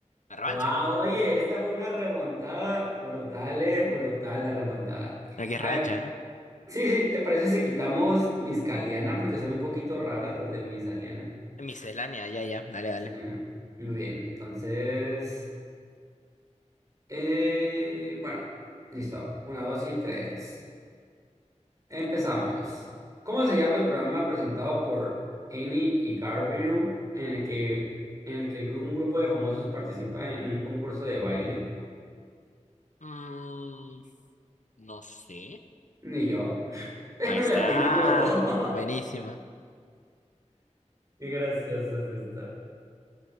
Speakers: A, on the left; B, on the right.
A: ¿La revancha?
B: Wow, oye, esta fue una remontada brutal, eh, brutal la remontada.
A: Aquí es
B: A
A: revancha,
B: ver, sí, sí, ¿te parece si quitamos mis caliana? Porque son un poquito raras las de mis aliana.
A: ¿eh? Miscelánea, ya, ya. Dale, dale.
B: Mis aliana. Muy bien, entonces, eh, bueno, listo. Una, dos y tres. Empezamos. ¿Cómo se llama el programa presentado por Eni y Garbiru en el que, en el que el gru- un grupo de famosos participa en un concurso de baile?
A: Mm, no sé.
B: Ni yo, <laughs> pero
A: Ahí está.
B: le atinamos los dos. <laughs>
A: Buenísima.
B: Qué gracioso es esto.